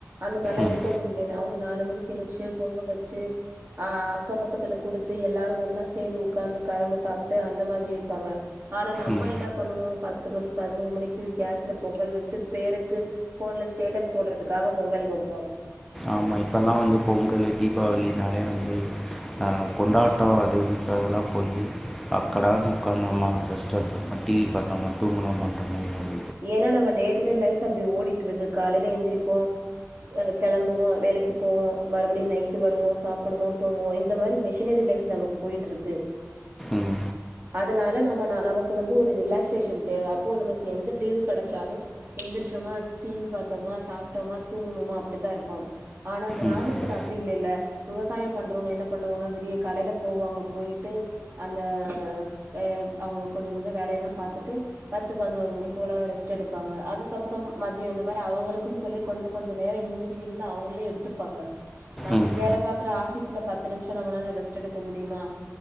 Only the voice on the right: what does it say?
அந்த மாரில
இருக்க முடியிலனாவ் ஒரு நாலு மணி எந்துருச்சு பொங்க வச்சு ஆ அக்கம் பக்கத்துல குடுத்து எல்லாரும் ஒன்னா சேந்து உக்காந்து கரம்ப சாப்ட்டு அந்த மாரி இருப்பாங்க ஆனா நம்ம
என்ன பண்ணுவோ பத்து மணி பதினோரு மணிக்கு கேஸ்ல பொங்கல் வச்சு பேருக்கு ஃபோன்ல ஸ்டேட்டஸ் போடுறதுகாக பொங்கல் வப்போ
ஏன்னா நம்ம டேடுடே லைப் அப்டி ஓடிட்டிருக்கு காலேல எந்திருப்போ கிளம்புவோ வேலைக்கு போவோ மறுபடியும் நைட்டு வருவோ சாப்டுவோ தூங்குவோ இந்த மாரி மிஷினரி லைஃப் நமக்கு போய்ட்டிருக்கு
அதனால நம்மனால நமக்கு வந்து ஒரு ரிலாக்சேஷன் தேவ அப்போ நமக் எந்த லீவு கெடச்சாலும் எந்திரிச்சோமா டி வி பாத்தோமா சாப்ட்டோமா தூங்ணுமா அப்டிதா இருப்போ ஆனா கிராமத்துல
அப்டி இல்லல்ல விவசாயம் பண்றவங்க என்ன பண்ணுவாங்க விடிய காலேல போவாங்க போய்ட்டு அந்த ஏ அவுங்க கொஞ்ச கொஞ்ச வேலையெல்லா பாத்துட்டு பத்து பதினொரு மணி போல ரெஸ்ட் எடுப்பாங்க அதுக்கப்பறம் மத்யம் இந்த மாரி அவுங்களுக்குனு சொல்லி கொஞ்சோ கொஞ்சோ நேரோ இன்பிட்வின்ல அவுங்ளே எடுத்துப்பாங்க நம்ம
வேல பாக்குற ஆஃப் ஆபீஸ்ல பத்து நிம்ஷோ நம்மளால ரெஸ்ட் எடுக்க முடியுமா